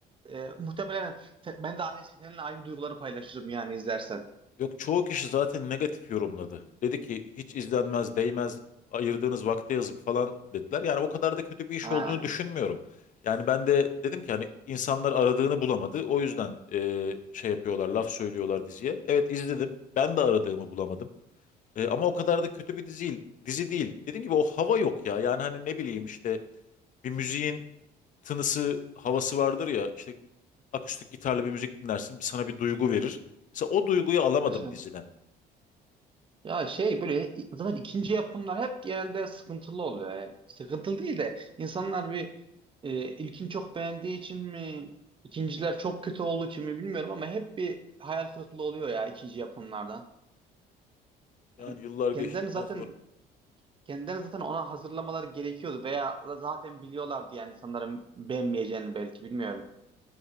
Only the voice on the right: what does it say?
E, muhtemelen se- ben de aynı seninle aynı duyguları paylaşırım yani izlersen.
Ha,
evet. evet.
Ya şey böyle zaten ikinci yapımlar hep genelde sıkıntılı oluyor yani. Sıkıntılı değil de insanlar bir e, ilkini çok beğendiği için mi, ikinciler çok kötü olduğu için mi bilmiyorum ama hep bir hayal kırıklığı oluyor ya ikinci yapımlardan.
Yani
kendilerini zaten
kendilerini zaten ona hazırlamaları gerekiyordu veya zaten biliyorlardı yani insanların beğenmeyeceğini belki bilmiyorum.